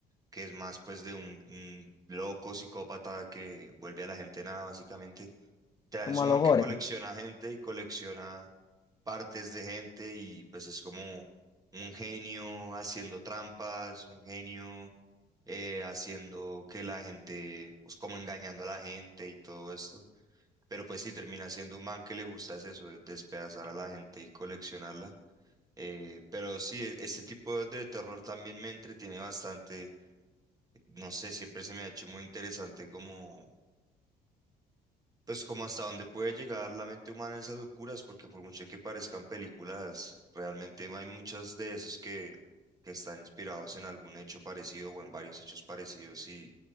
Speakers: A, on the right; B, on the left.
A: que es más pues de un, un loco psicópata que vuelve a la gente nada, básicamente. Literal,
B: Como
A: es un
B: a los
A: man
B: gore.
A: que colecciona gente y colecciona partes de gente y pues es como un genio haciendo trampas, un genio eh, haciendo que la gente, pues como engañando a la gente y todo esto. Pero pues sí, termina siendo un man que le gusta es eso, es despedazar a la gente y coleccionarla. Eh, pero sí, e- ese tipo de terror también me entretiene bastante no sé, siempre se me ha hecho muy interesante como, pues como hasta dónde puede llegar la mente humana en esas locuras, porque por mucho que parezcan películas, realmente hay muchas de esos que, que están inspirados en algún hecho parecido o en varios hechos parecidos y